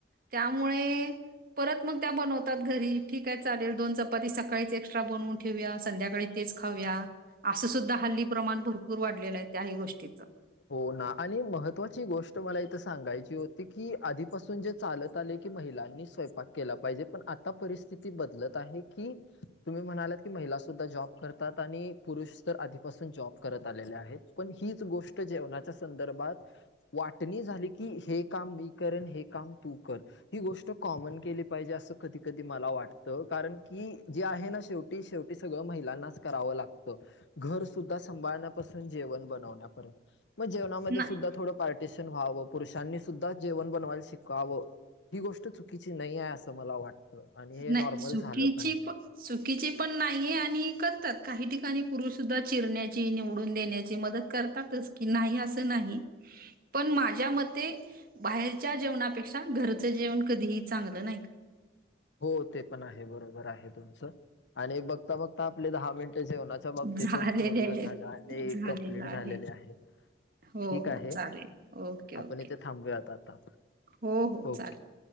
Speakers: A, on the right; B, on the left.
A: त्यामुळे परत मग त्या बनवतात घरी ठीक आहे चालेल दोन चपाती सकाळीच एक्स्ट्रा बनवून ठेवया संध्याकाळी तेच खाऊया असं सुद्धा हल्ली प्रमाण भरपूर वाढलेलं आहे त्याही गोष्टीचं.
B: हो ना आणि महत्त्वाची गोष्ट मला इथे सांगायची होती, की आधीपासून जे चालत आले की महिलांनी स्वयंपाक केला पाहिजे पण आता परिस्थिती बदलत आहे की तुम्ही म्हणालात की महिला सुुद्धा जॉब करतात आणि पुरुष तर आधीपासून जॉब करत आलेले आहेत. पण हीच गोष्ट जेवणाच्या संदर्भात वाटणी झाली की हे काम मी करेन हे काम तू कर. ही गोष्ट कॉमन केली पाहिजे असं कधी कधी मला वाटतं कारण की जे आहे ना शेवटी शेवटी सगळं महिलांनाच करावं लागतं. घर सुुद्धा सांभाळण्यापासून जेवण बनवण्यापर्यंत. मग जेवणामध्ये
A: नाही
B: सुद्धा थोडं पार्टिशन व्हावं पुरुषांनी सुद्धा जेवण बनवायला शिकावं. ही गोष्ट चुकीची नाही आहे असं मला वाटतं आणि हे
A: नाही
B: नॉर्मल
A: चुकीची
B: झालं पाहिजे.
A: प चुकीची पण नाहीये आणि करतात काही ठिकाणी पुरुष सुद्धा चिरण्याची निवडून देण्याची मदत... करतातच की नाही अस नाही पण माझ्या मते. बाहेरच्या जेवणापेक्षा घरचं जेवण कधीही चांगल.
B: हो ते पण आहे बरोबर आहे तुमचं आणि बघता बघता आपले दहा मिनटे जेवना... बाबतीतच
A: झालेले
B: बनला
A: आहे.
B: झाल
A: झालेलं
B: कंमप्लीट
A: आहे.
B: झालेले आहेत.
A: हो,
B: ठीक
A: हो.
B: आहे
A: चालेल. ओके, ओके.
B: आपण इथे थांबूयात आता
A: हो, हो.
B: ओके.
A: चालेल.